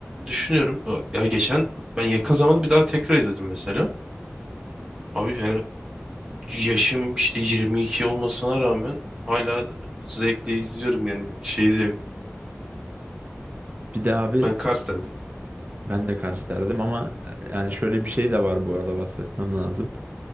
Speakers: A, on the right; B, on the right.
A: düşünüyorum. O- Ya geçen ben yakın zamanda bir daha tekrar izledim mesela. Abi yani yaşım işte 22 olmasına rağmen hala zevkle izliyorum yani şey de yok.
B: Bir de abi
A: Ben Kars derdim.
B: ben de Cars derdim ama e, yani şöyle bir şey de var bu arada bahsetmem lazım.